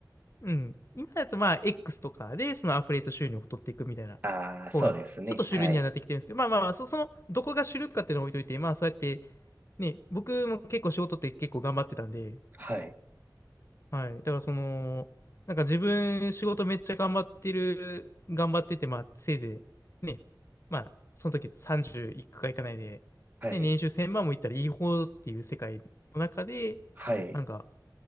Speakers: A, on the left; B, on the right.
A: うん。今だとまあ、X とかで、そのアフィリエイト収入を取っていくみたいな
B: ああ、そうですね。
A: 方が、ちょっと主流にはなってきてるんですけど、
B: はい、
A: まあまあまあ、そ、その、どこが主流かっていうのを置いといて、まあ、そうやって、ね、僕も結構仕事って結構頑張ってたんで、
B: はい、
A: はい。だからその、なんか自分仕事めっちゃ頑張ってる、頑張ってて、まあせいぜいね、まあその時30いくかいかないで、
B: はい、
A: ね、年収1000万もいったらいい方っていう世界の中で、
B: はい、
A: なんか